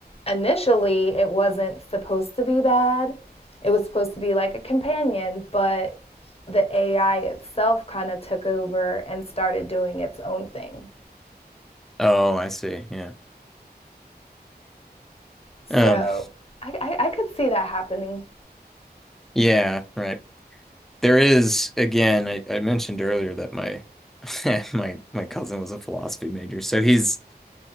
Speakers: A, on the left; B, in the centre.
A: initially it wasn't supposed to be bad it was supposed to be like a companion but the AI itself kind of took over and started doing its own thing
B: Oh, I see. Yeah.
A: so
B: Um.
A: I, I, I could see that happening
B: Yeah. Right. There is again. I I mentioned earlier that my <laughs> my my cousin was a philosophy major, so he's